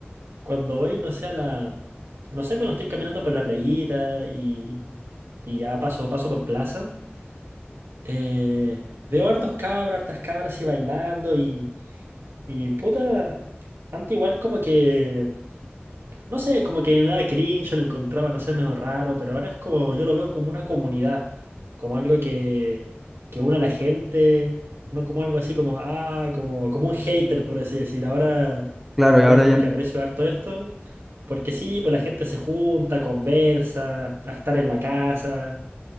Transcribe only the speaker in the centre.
claro,
y ahora
ya